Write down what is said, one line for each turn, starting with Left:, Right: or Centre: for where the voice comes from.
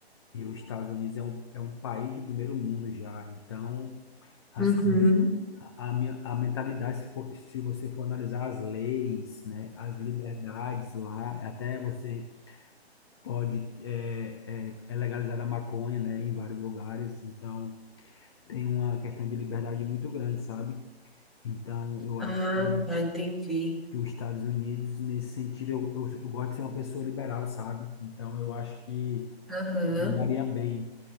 Left: e os Estados Unidos é um, é um país de primeiro mundo já. Então, Assim,
Centre: Uhum.
Left: a, a minha, a mentalidade, se for, se você for analisar as leis, né, as liberdades lá, até você pode, é, é, é legalizada a maconha, né, em vários lugares, então tem uma questão de liberdade muito grande, sabe? Então, eu
Centre: Ah,
Left: acho que,
Centre: tá, entendi.
Left: que os Estados Unidos, nesse sentido, eu, eu, eu gosto de ser uma pessoa liberal, sabe? Então, eu acho que
Centre: Aham.
Left: me daria bem